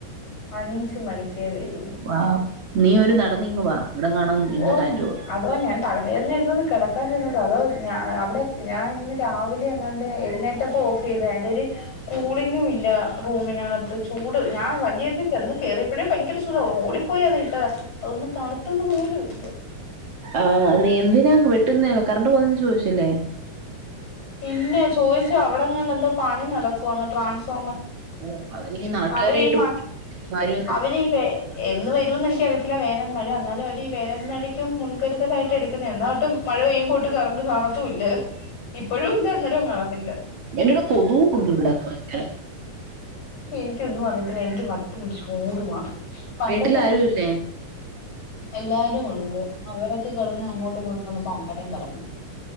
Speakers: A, on the left; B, on the right.
A: അഞ്ച് മണിക്കേ വരോന്ന്
B: വാ നീ ഒരു നടന്നിങ്ങ് വാ ഇവിടെങ്ങാണം ഇന്ന്
A: ഓ
B: കാറ്റ് കൊള്ളും
A: അതാ ഞാൻ തലവേദന എടുത്തോണ്ട് കിടക്കാൻ ചെന്നതാ അതോ ഞ അവിടെ ഞാൻ ഇന്ന് രാവിലെ അങ്ങാണ്ട് എഴുന്നേറ്റപ്പ ഓഫ് ചെയ്ത <unintelligible> കൂളിങ്ങും ഇല്ല റൂമിനകത്ത് ചൂട് ഞാൻ <unintelligible> ചെന്ന് കേറിയപ്പഴേ ഭയങ്കര ചൂടാ ഓടിപ്പോയി അത് ഇട്ടതാ അതൊന്ന് തണുത്തത് പോലുഇല്ല
B: ആഹ് നീ എന്തിനാ വെട്ടുന്നേ കറണ്ട് പോന്നന്ന് ചോദിച്ചില്ലേ
A: ഇല്ലെ ചോദിച്ചു അവിടെങ്ങാണ്ട പണി നടക്കുവാണ് ട്രൻസ്
B: ഓ, അതിന്
A: <unintelligible>
B: ഈ നാട്ടുകാരെ
A: അവര് ഈ
B: ഇട്ട്
A: മ
B: കാര്യം എന്താ
A: അവരീ വേ എന്നു വരൂന്ന് എനിക്കറിയത്തില്ല വേ വേനൽ മഴ വന്നാലും അവരീ വേനൽ മഴക്കും മുൻ കരുതലായിട്ട് എടുക്കുന്നെയാ എന്നാ ഒട്ടും മഴ പെയ്യുമ്പോ ഒട്ടും കറന്റും കാണ ത്തു ഇല്ല ഇപ്പോഴും ഇല്ല അന്നേരവും കാണത്തില്ല
B: എന്റെടെ കൊതുവും ഉണ്ട് ഇവിടെ ഭയങ്കര
A: എനിക്കൊന്നും അറിയത്തില്ല എനിക്ക് വട്ട് പിടിച്ച് ഓടുവാ പണ്ടക്ക
B: വീട്ടിൽ ആരും ഇല്ലേ
A: എല്ലാരും ഉണ്ട് അവരൊക്കെ കിടന്ന് അങ്ങോട്ടും ഇങ്ങോട്ടും <unintelligible> കറ